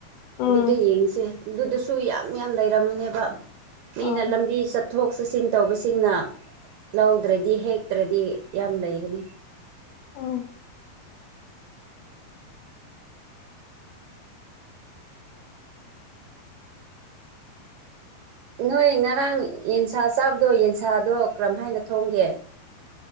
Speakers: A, on the left (about 75°); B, on the right (about 75°).
A: ꯎꯝ
B: ꯑꯗꯨꯗ ꯌꯦꯡꯁꯦ ꯑꯗꯨꯗꯁꯨ ꯌꯥꯝ ꯌꯥꯝ ꯂꯩꯔꯝꯝꯕꯅꯦꯕ ꯃꯤꯅ
A: ꯎꯝ
B: ꯂꯝꯕꯤ ꯆꯠ ꯆꯠꯊꯣꯛ ꯆꯠꯁꯤꯟ ꯇꯧꯕꯁꯤꯡꯅ ꯂꯧꯗ꯭ꯔꯗꯤ ꯍꯦꯛꯇ꯭ꯔꯗꯤ ꯌꯥꯝ ꯂꯩꯒꯅꯤ
A: ꯑꯝ
B: ꯅꯣꯏ ꯉꯔꯥꯡ ꯌꯦꯟꯁꯥ ꯆꯥꯕꯗꯣ ꯌꯦꯟꯁꯥꯗꯣ ꯀꯔꯝ ꯍꯥꯏꯅ ꯊꯣꯡꯒꯦ